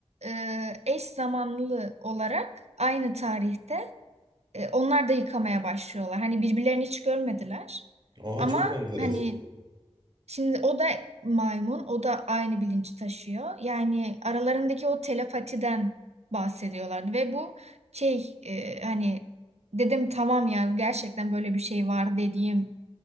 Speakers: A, on the right (about 75°); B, on the right (about 40°).
A: e, eş zamanlı olarak aynı tarihte E, onlar da yıkamaya başlıyorlar. Hani birbirlerini hiç görmediler.
B: <laughs> Oha
A: Ama
B: çok enteresan.
A: hani şimdi o da maymun, o da aynı bilinci taşıyor. Yani aralarındaki o telepatiden bahsediyorlardı ve bu şey e, hani dedim tamam ya gerçekten böyle bir şey var dediğim